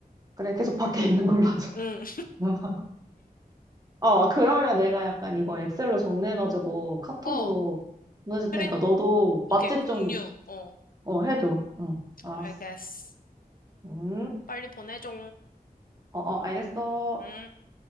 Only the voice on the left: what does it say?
응.
어,
그래.
오케이,
공유.
어,
알겠어.
빨리 보내줘.
응.